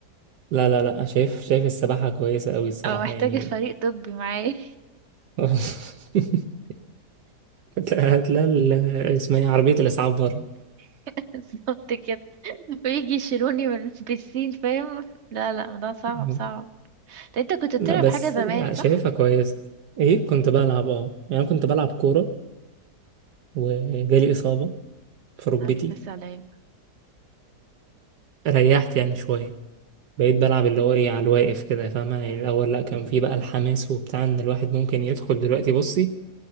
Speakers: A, on the right; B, on the right.
A: لا لا لا شايف شايف السباحة كويسة أوي الصراحة
B: اه محتاجة
A: يعني
B: فريق طبي معايا
A: <laughs> هتلاقي هتلاقي ال- اسمها إيه؟ عربية الإسعاف بره
B: <laughs> بالظبط كده ويجي يشيلوني من البسين فاهم لا لا ده صعب
A: اه.
B: صعب ده انت كنت بتلعب
A: لا بس
B: حاجة زمان صح
A: شايفها كويسة ايه كنت بلعب اه يعني أنا كنت بلعب كورة وجالي إصابة في ركبتي
B: ألف سلامة
A: فريحت يعني شوية بقيت بلعب اللي هو ايه على الواقف كده فاهمة يعني الأول لأ كان في بقى الحماس وبتاع إن الواحد ممكن يدخل دلوقتي بصي